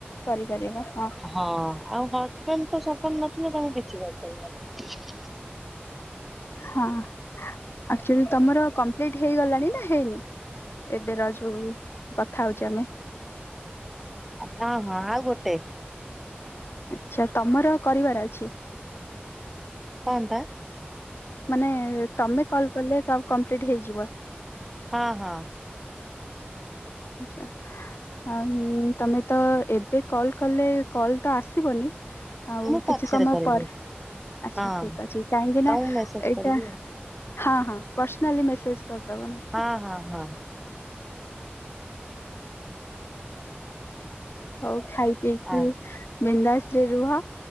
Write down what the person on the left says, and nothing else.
କରିପାରିବା ହଁ।
ହଁ ଆଚୁଅଲି ତମର କମ୍ପ୍ଲିଟ ହେଇଗଲାଣି ନା ହେଇନି? ଏବେର ଯୋଉ କଥା ହଉଚେ ଆମେ?
ଆଛା ତମର କରିବାର ଅଛି?
ମାନେ ତମେ କଲ କଲେ କ କମ୍ପ୍ଲିଟ ହେଇଯିବ?
ଯାଆ। ଆଉ ତମେ ତ ଏବେ କଲ କଲେ କଲ ତ ଆସିବନି। ଆଉ
କିଛି ସମୟ
ପରେ ଆଚ୍ଛା
ଠିକ ଅଛି କାହିଁକି
ନା
ଏଇଟା
ହଁ ହଁ ପର୍ସନାଲି ମେସେଜ କରିଦେବ ନା।
ହଉ ଖାଇ ପିଇକି
ବିନ୍ଦାସରେ ରୁହ।